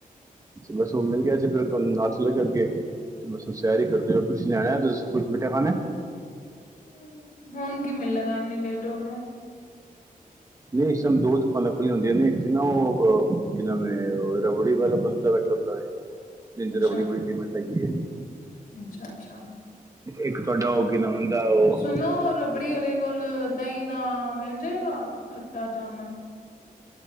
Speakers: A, on the right; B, on the left.
A: ਬਸ ਉਹ ਮਿਲ ਗਿਆ ਸੀ, ਫਿਰ ਨਾਲ ਚਲ ਗਿਆ ਕੇ ਅੱਗੇ। ਬਸ ਉਸ ਸੈਰ ਕਰਦੇ ਪਏ, ਕੁਛ ਲਿਆਣਾ ਦੱਸੋ, ਕੁਛ ਮਿੱਠਾ ਖਾਣਾ?
B: ਹ ਹੁਣ ਕੀ ਮਿਲਲੇਗਾ, ਇੰਨੀ ਲੇਟ ਹੋ ਗਏ।
A: ਨਹੀਂ ਇਸ ਟੈਮ ਦੋ ਦੁਕਾਨਾਂ ਖੁੱਲ੍ਹੀਆਂ ਹੁੰਦੀਆਂ ਨੇ, ਇੱਕ ਤੇ ਨਾ ਉਹ ਅਹ ਕੀ ਨਵੇਂ ਰਬੜੀ ਵਾਲਾ ਬੰਦਾ ਬੈਠਾ ਹੁੰਦਾ ਹੈ। ਜਜਰ
B: ਅੱਛਾ
A: ਬੜੀ, ਬੜੀ ਫੇਮਸ ਹੈਗੀ।
B: ਅੱਛਾ -ਅੱਛਾ।
A: ਇੱਕ ਤੁਹਾਡਾ ਓ ਕਿ ਨਾ ਬੰਦਾ ਉਹ।
B: ਸੁਣੋ ਰਬੜੀ ਵਾਲੇ ਕੋਲ, ਦਹੀਂ ਦਾ ਮਿਲ ਜਾਏਗਾ ਖੱਟਾ ਜਾਮਨ।